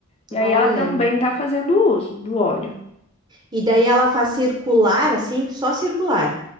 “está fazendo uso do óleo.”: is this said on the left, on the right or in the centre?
Left